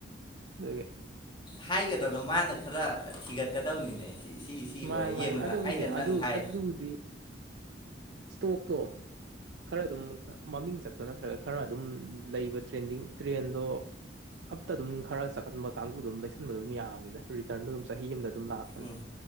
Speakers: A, on the right (about 75°); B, on the left (about 25°).
A: ꯑꯗꯨꯒꯤ
B: ꯍꯥꯏꯒꯗꯧꯗꯣ ꯃꯥꯅ ꯈꯔ ꯊꯤꯒꯠꯀꯗꯧꯅꯤꯅꯦ ꯁꯤ ꯁꯤ ꯑꯣꯏ
A: ꯃꯥꯅꯦ
B: ꯌꯦꯡꯉꯨꯗ
A: ꯃꯥꯅꯦ ꯑꯗꯨꯕꯨꯗꯤ
B: ꯑꯩꯅ ꯅꯪ
A: ꯑꯗꯨ
B: ꯍꯥꯏ
A: ꯑꯗꯨꯕꯨꯗꯤ ꯏꯁꯇꯣꯛꯇꯣ ꯈꯔ ꯑꯗꯨꯝ ꯃꯃꯤꯡ ꯆꯠꯄ ꯅꯠꯇ꯭ꯔꯒ ꯈꯔ ꯑꯗꯨꯝ ꯂꯩꯕ ꯇ꯭ꯔꯦꯟꯗꯤ ꯇ꯭ꯔꯦꯟꯗꯣ ꯑꯞꯇ ꯑꯗꯨꯝ ꯈꯔ ꯆꯀꯟꯕ ꯀꯥꯡꯕꯨꯗꯨ ꯑꯗꯨꯝ ꯂꯩꯁꯟꯕꯗꯨ ꯑꯗꯨꯝ ꯌꯥꯅꯤꯅ ꯔꯤꯇꯔꯟꯗꯣ ꯑꯗꯨꯝ ꯆꯍꯤ ꯑꯃꯗ ꯑꯗꯨꯝ ꯂꯥꯛꯄꯅꯤ
B: ꯎꯝ